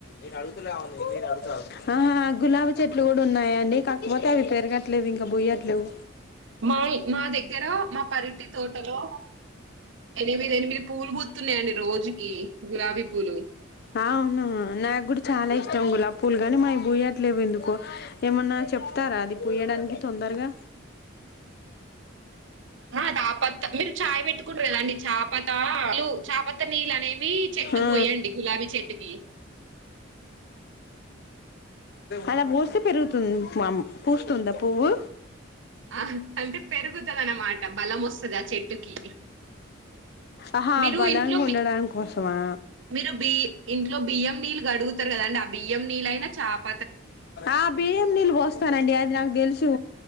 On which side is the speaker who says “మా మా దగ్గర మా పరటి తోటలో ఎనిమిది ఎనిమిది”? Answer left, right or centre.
Right